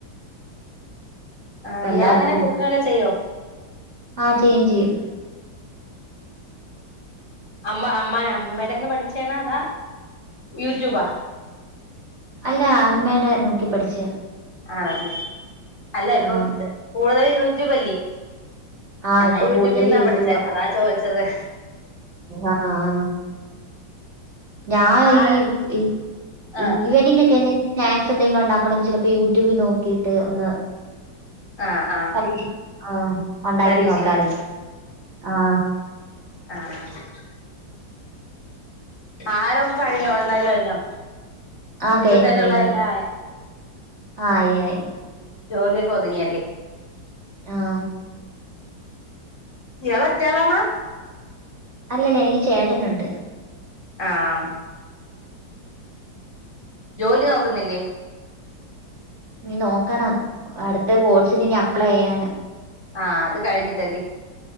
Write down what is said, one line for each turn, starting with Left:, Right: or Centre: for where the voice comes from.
Left: ആഹ്
Right: വല്ലാത്ത
Left: ഇയാൾ എങ്ങനെ കുക്കിംഗ്‌ ഒക്കെ ചെയ്യോ
Right: ആഹ് ചെയ്യും ചെയ്യും
Left: അമ്മ അമ്മ അമ്മടേന്ന് പഠിച്ചേണാ അതാ യൂട്യൂബോ
Right: അല്ല അമ്മേടെ നോക്കി പഠിച്ചേ
Left: ആണല്ലേ അല്ല ഇപ്പം
Right: ആ
Left: കൂടുതലും യൂട്യൂബല്ലേ
Right: ആ
Left: ഞാൻ
Right: ഇപ്പൊ
Left: യൂട്യൂബിൽന്നാ
Right: കൂടുതൽ യൂട്യൂബ്
Left: പഠിച്ചേ അതാ ചോദിച്ചത്
Right: ആഹ് ഞാൻ
Left: ആര്
Right: ഈ
Left: ആഹ്
Right: ഈവനിങ് ഒക്കെ എന്തേലും സ്നാക്സ് എന്തെങ്കിലും ഉണ്ടാക്കണമെങ്കിൽ ചിലപ്പോ യൂട്യൂബിൽ നോക്കിയിട്ട് ഒന്ന്
Left: ആഹ് ആഹ്
Right: പരീക്ഷിക്കും ആഹ് ഒണ്ടാക്കി
Left: പരീക്ഷക്ക്
Right: നോക്കാറുണ്ട് ആഹ്
Left: ആഹ് ആഹാരൊക്കെ കഴിഞ്ഞോ ഉണ്ടാക്കി കഴിഞ്ഞോ?
Right: ആഹ്
Left: ഉച്ചത്തേനുള്ള
Right: കഴിഞ്ഞു കഴിഞ്ഞു
Left: എല്ലാം ആയാ
Right: ആയി ആയി
Left: ജോലിയൊക്കെ ഒതുങ്ങിയല്ലേ
Right: ആഹ്
Left: ഇയാളൊറ്റയാളാണോ
Right: അല്ലല്ല എനിക്ക് ചേട്ടനുണ്ട്
Left: ആഹ് ജോലി നോക്കുന്നില്ലേ?
Right: ഇനി നോക്കണം അടുത്ത കോഴ്സിന് ഇനി അപ്ലൈ ചെയ്യാൻ
Left: ആഹ് അത് കഴിഞ്ഞിട്ടല്ലേ